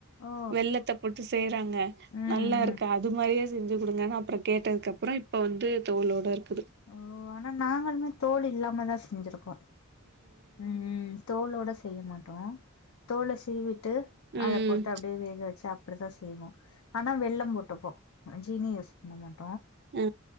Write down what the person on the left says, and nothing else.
ஓ
ம்
ம்
ஓ ஆனா நாங்களுமே தோல் இல்லா தா செஞ்சுருக்கோ ம் தோளோட செய்ய மாட்டோம் தோல சீவி ட்டு
அத போட்டு அப்டியே வேக வச்சு அப்டிதா ய்வோ அனா வெல்லம் போட்டுப்போ ஜீனி யஸ் னமன்